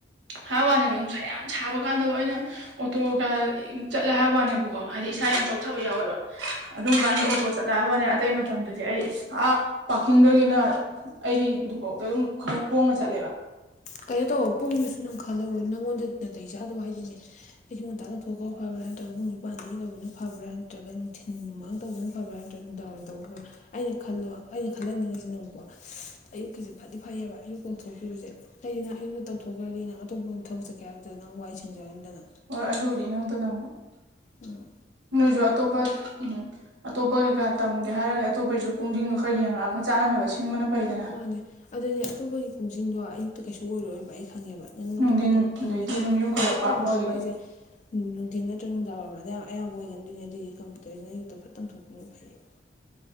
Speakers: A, on the right (about 85°); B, on the left (about 40°).
A: ꯍꯥꯏꯕ ꯋꯥꯅꯦꯕ ꯅꯨꯡꯁꯥ ꯌꯥꯝ ꯁꯥꯕ ꯀꯥꯟꯗ ꯑꯩꯅ ꯑꯣꯇꯣꯒ ꯆꯠꯂꯦ ꯍꯥꯏꯕ ꯋꯥꯅꯦꯕꯀꯣ ꯍꯥꯏꯗꯤ ꯏꯁꯥ ꯌꯥꯝ ꯆꯥꯎꯊꯕ ꯌꯥꯎꯋꯦꯕ ꯑꯗꯨꯝ ꯀꯥꯟꯗ ꯑꯣꯇꯣ ꯆꯠꯂꯦ ꯍꯥꯏꯕꯋꯥꯅꯦ ꯑꯇꯩ ꯃꯇꯝꯗꯗꯤ ꯑꯩ ꯑꯥ ꯄꯥꯔꯀꯤꯡꯗꯒꯤꯅ ꯑꯩꯒꯤ ꯗꯨꯕꯧꯗ ꯑꯗꯨꯝ ꯈꯔ ꯈꯣꯡꯅ ꯆꯠꯂꯦꯕ꯫
B: ꯀꯩꯅꯣ ꯇꯧꯑꯣ ꯄꯨꯡꯗꯨꯁꯨ ꯅꯪ ꯈꯜꯍꯧꯔꯣ ꯅꯪꯉꯣꯟꯗ ꯅꯥꯇꯩ ꯆꯥꯗꯕ ꯍꯥꯏꯗꯤꯅꯦ꯫ ꯑꯌꯨꯛ ꯉꯇꯥ ꯂꯧꯊꯣꯛꯈ꯭ꯔ ꯐꯕ꯭ꯔꯥ ꯅꯠꯇ꯭ꯔꯒ ꯄꯨꯡ ꯅꯤꯄꯥꯟꯗꯒꯤ ꯇꯧꯕꯅ ꯐꯕ꯭ꯔꯥ ꯅꯠꯇ꯭ꯔꯒ ꯅꯨꯡꯊꯤꯟ ꯃꯥ ꯇꯧꯕꯅ ꯐꯕ꯭ꯔꯥ ꯅꯠꯇ꯭ꯔ ꯅꯨꯡꯗꯥꯡꯋꯥꯏꯔꯝ ꯇꯧꯕ ꯐꯕ꯭ꯔꯥ ꯑꯩꯅ ꯈꯜꯂꯣ ꯑꯩꯅ ꯈꯜꯍꯟꯅꯤꯡꯉꯤꯁꯤꯅ ꯑꯃꯨꯛꯀꯣ ꯑꯌꯨꯛꯀꯤꯁꯦ ꯐꯗꯤ ꯐꯩꯌꯦꯕ ꯑꯌꯨꯛ ꯀꯣꯡꯊꯣꯛꯈꯤꯕꯁꯦ꯫ ꯑꯩꯗꯤ ꯅꯪ ꯑꯌꯨꯛꯇ ꯇꯧꯊꯣꯛꯈ꯭ꯔꯗꯤ ꯅꯪ ꯑꯇꯣꯞꯄ ꯊꯕꯛ ꯆꯠꯀꯦ ꯍꯥꯏꯕꯗ ꯅꯪ ꯋꯥꯏ ꯁꯦꯡꯖꯔꯅꯤꯗꯅ꯫
A: ꯍꯣꯏ ꯑꯗꯨꯕꯨꯗꯤ ꯏꯅꯪꯇ ꯅꯪꯕ꯫
B: ꯎꯝ꯫
A: ꯅꯣꯏꯁꯨ ꯑꯇꯣꯞꯄ ꯎꯝ ꯑꯇꯣꯞꯄ ꯀꯩꯀꯥ ꯇꯝꯒꯦ ꯍꯥꯏꯔꯒꯗꯤ ꯑꯇꯣꯞꯄꯒꯤꯁꯨ ꯄꯨꯡꯁꯤꯡꯗꯣ ꯈꯔ ꯌꯦꯡꯉꯛꯑꯒ ꯆꯥꯅꯅꯕ ꯁꯤꯟꯕꯅ ꯐꯩꯗꯅ꯫
B: ꯃꯥꯅꯦ ꯑꯗꯨꯅꯦ ꯑꯇꯣꯞꯄꯒꯤ ꯄꯨꯡꯁꯤꯡꯗꯣ ꯑꯌꯨꯛꯇ ꯀꯩꯁꯨ ꯑꯣꯏꯔꯣꯏꯕ ꯑꯩ ꯈꯪꯉꯦꯕ꯫ ꯎꯝ
A: ꯅꯨꯡꯊꯤꯟ
B: ꯑꯗꯨꯕꯨ ꯀꯝꯄꯦꯅꯤ
A: ꯑꯗꯩꯗꯤ
B: ꯃꯦꯀꯞ
A: ꯅꯨꯝ ꯌꯨꯡꯈꯠꯂꯛꯄ
B: ꯃꯦꯀꯞ ꯃꯦꯀꯞ ꯇꯝꯕ
A: ꯃꯣꯏꯒꯤꯗꯤ
B: ꯈꯣꯠꯄ ꯍꯥꯏꯁꯦ ꯅꯨꯡꯊꯤꯟ ꯅꯠꯇ꯭ꯔꯒ ꯅꯨꯡꯗꯥꯡꯋꯥꯏꯔꯝ ꯑꯗꯨꯋꯥꯏ ꯑꯌꯥꯝꯕ ꯑꯣꯏꯒꯟꯗꯣꯏꯅꯦ ꯑꯗꯨꯗꯤ ꯀꯝꯄ꯭ꯌꯨꯇꯔꯁꯤꯅ ꯑꯌꯨꯛꯇ ꯐꯠ ꯇꯝꯊꯣꯛꯄꯅ ꯐꯩꯌꯦꯕ꯫